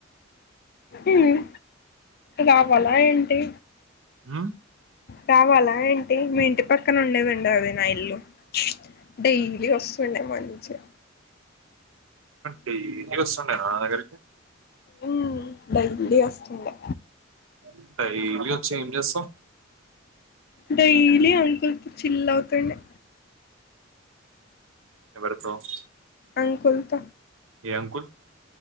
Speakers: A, on the left; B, on the right.
A: ఉమ్ రావాలా ఏంటి.
B: ఉమ్
A: కావలా ఏంటి మీ ఇంటి పక్కన ఉండేదండి అది నా ఇల్లు డైలీ వస్ ఉండె మంచిగ
B: డైలి వస్తుండేనా నా దగరికి
A: ఉమ్ బర్త్డే వస్తుందా.
B: <unintelligible> ఓచ్చేయ్ ఏం జేస్తవ్.
A: డైలీ అంకుల్తో చిల్లావుతుండే.
B: <unintelligible> రెథోమ్
A: అనుకుంట
B: ఏ అంకుల్